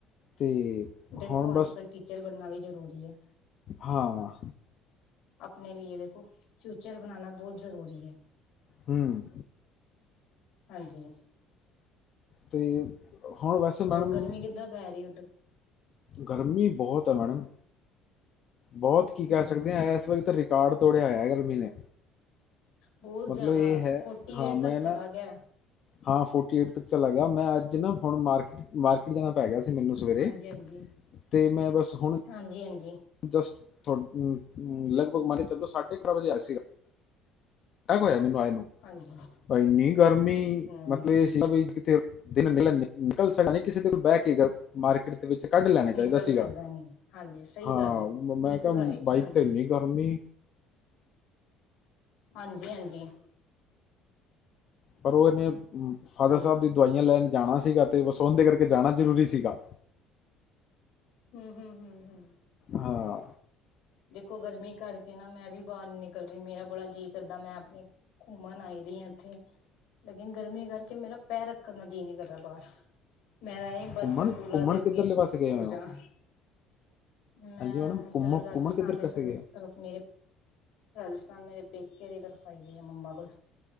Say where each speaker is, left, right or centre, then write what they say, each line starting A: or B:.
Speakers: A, on the left; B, on the left.
A: ਤੇ ਹੈ।
B: ਦੇਖੋ
A: ਹੁਣ
B: ਅੱਜ ਕਲ੍ਹ ਟੀਚਰ ਬਣਨਾ ਵੀ ਜ਼ਰੂਰੀ ਹੈ।
A: ਹਾਂਆਾਾਾਾਾਾਾਾ।
B: ਆਪਣੇ ਲਈ ਦੇਖੋ ਫਿਊਚਰ ਬਣਾਣਾ ਬਹੁਤ ਜ਼ਰੂਰੀ ਹੈ।
A: ਹਮਮਮ।
B: ਹਾਂਜੀ।
A: ਤੇ ਹੁਣ ਵੈਸੇ
B: ਹੋਰ
A: ਮੈਡਮ
B: ਗਰਮੀ ਕਿੱਦਾਂ ਪੈ ਰਹੀ ਉੱਧਰ
A: ਗਰਮੀ ਬਹੁਤ ਹੈ ਮੈਡਮ। ਬਹੁਤ ਕੀ ਕਹਿ
B: ਹਮ
A: ਸਕਦੇ ਹਾਂ ਇਸ ਵਾਰੀ ਤਾਂ ਰਿਕਾਰਡ ਤੋੜਿਆ ਹੋਇਆ ਗਰਮੀ ਨੇ।
B: ਬਹੁਤ
A: ਮਤਲਬ
B: ਜ਼ਿਆਦਾ
A: ਇਹ ਹੈ
B: ਫੋਰਟੀ
A: ਹਾਂ
B: ਏਟ
A: ਮੈਂ
B: ਤੱਕ ਚਲਾ
A: ਨਾ।
B: ਗਿਆ
A: ਹਾਂ ਫੋਰਟੀ ਏਟ ਤੱਕ ਚਲਾ ਗਿਆ ਮੈਂ ਅੱਜ ਨਾ ਹੁਣ ਮਾਰਕੀਟ ਮਾਰਕੀ। ਜਾਣਾ ਪੈ ਗਿਆ ਸੀ ਮੈਨੂੰ ਸਵੇਰੇ।
B: ਹਾਂਜੀ ਹਾਂਜੀ
A: ਤੇ ਮੈਂ ਬਸ ਹੁਣ
B: ਹਾਂਜੀ ਹਾਂਜੀ
A: ਜਸਟ ਤੁ ਹਮ, ਲਗ-ਭਗ ਮੰਨ ਕੇ ਚਲੋ, ਸਾਢੇ ਬਾਰਾਂ ਵਜੇ ਆਇਆ ਸੀਗਾ। ਏ ਕੀ ਹੋਇਆ ਮੈਨੂੰ ਆਏ, ਨੂੰ
B: ਹਾਂਜੀ
A: ਇੰਨੀ ਗਰਮੀ,
B: ਹਮ
A: ਮਤਲਬ ਇਹ ਸੀ ਨਾ ਬ ਕਿਥੇ ਦਿਨ, ਨ ਨਿਕਲ ਸਕਦੇ, ਕਿਸੇ ਦਿਨ ਬਹਿ ਕੇ ਮਾਰਕੀਟ ਤੇ ਵਿੱਚ, ਕੱਢ ਲੈਣਾ
B: ਨਿਕਲ
A: ਚਾਹੀਦਾ ਸੀਗਾ।
B: ਸਕਦਾ ਨਹੀਂ ਹਾਂਜੀ ਸਹੀ
A: ਹਾਂ
B: ਗੱਲ ਹੈ ਬਿਲਕੁਲ
A: ਮੈਂ ਕਿਹਾ
B: ਰਾਈਟ
A: ਬਾਈਕ
B: ਹਾਂਜੀ
A: ਤੇ ਇਨੀ ਗਰਮੀ,
B: ਹਾਂਜੀ- ਹਾਂਜੀ
A: ਪਰ ਉਹਨੇ, ਫਾਦਰ
B: ਹਾਂਜੀ
A: ਸਾਹਿਬ ਦੀ ਦਵਾਈਆਂ ਲੈਣ ਜਾਣਾ ਸੀਗਾ, ਤੇ ਵਸਾਤੇ ਕਰਕੇ ਜਾਣਾ ਜ਼ਰੂਰੀ ਸੀਗਾ।
B: ਹਮ, ਹਮ, ਹਮ, ਹਮ।
A: ਹਾਂ
B: ਦੇਖੋ, ਗਰਮੀ ਕਰਕੇ ਨਾ ਮੈਂ ਵੀ ਬਾਹਰ ਨੀ ਨਿਕਲ ਰਹੀ, ਮੇਰਾ ਬੜਾ ਜੀਅ ਕਰਦਾ ਮੈਂ, ਆਪਣੀ ਘੁੰਮਣ ਆਈ ਦੀ, ਆ ਇੱਥੇ ਲੇਕਿਨ, ਗਰਮੀ ਕਰਕੇ ਮੇਰਾ ਪੈਰ ਰੱਖਣ ਦਾ ਜੀਅ, ਨੀ ਕਰ ਮੈਂ ਆਈ ਆ, ਬੱਸ
A: ਘੁੰਮਣ
B: ਕੂਲਰ
A: ਘੁੰਮਣ
B: ਦੇ ਅੱਗੇ
A: ਕਿੱਧਰਲੇ ਪਾਸੇ ਗਏ
B: ਸੌ
A: ਹੋਏ
B: ਜਾਾ
A: ਹੋ
B: ਮੈਂ
A: ਹਾਂਜੀ ਮੈਡਮ
B: ਇੱਧਰ,
A: ਘੁੰਮ
B: ਰਾਜਸਥ
A: ਘੁੰਮਣ ਕਿੱਧਰ ਕਸੇ ਗਏ ਹੋ?
B: ਤਰਫ ਮੇਰੇ, ਰਾਜਸਥਾਨ ਮੇਰੇ ਪੇਕੇ ਨੇ, ਤਰਫ ਆਈ ਆ ਮੰਮਾ ਕੋਲ